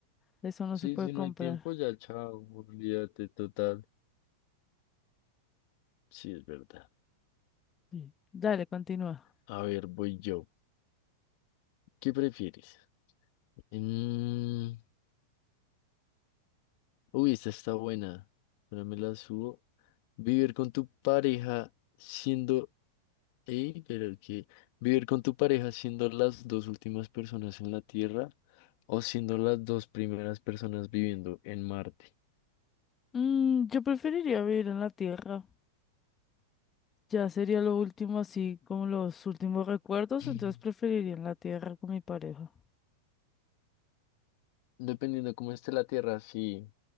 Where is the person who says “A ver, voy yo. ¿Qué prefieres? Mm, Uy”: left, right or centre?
Left